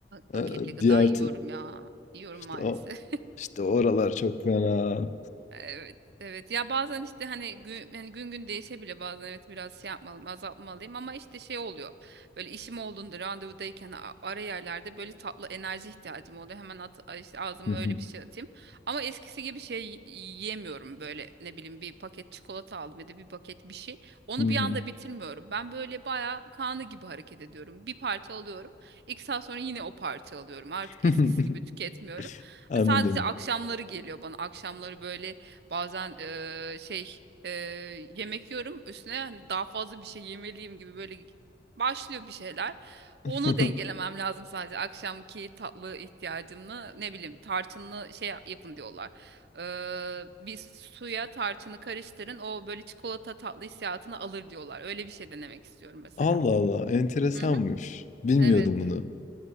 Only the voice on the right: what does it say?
paketli
gıda
yiyorum
ya. Yiyorum
maalesef.
Evet, evet. Ya bazen işte hani gün, yani gün gün değişebilir bazen evet biraz şey yapmalıyım, azaltmalıyım ama işte şey oluyor. Böyle işim olduğunda randevudayken a- ara yerlerde böyle tatlı enerji ihtiyacım oluyor. Hemen at, a- işte ağzıma
öyle bir şey atayım. Ama eskisi gibi şey y- yiyemiyorum böyle ne bileyim bir paket çikolata aldım ya da bir paket bir şey. Onu
bir anda bitirmiyorum. Ben böyle bayağı kanı gibi hareket ediyorum. Bir parça alıyorum. İki saat sonra yine o parça alıyorum. Artık
eskisi gibi tüketmiyorum.
Sadece akşamları geliyor bana. Akşamları böyle Bazen eee, şey eee, yemek yiyorum üstüne hani daha fazla bir şey yemeliyim gibi böyle başlıyor bir şeyler.
Onu dengelemem lazım sadece akşamki tatlı ihtiyacımla ne bileyim tarçınlı şey yapın diyorlar. Eee, bir suya tarçını karıştırın o böyle çikolata tatlı hissiyatını alır diyorlar. Öyle bir şey denemek istiyorum mesela.
Hı hı,
evet.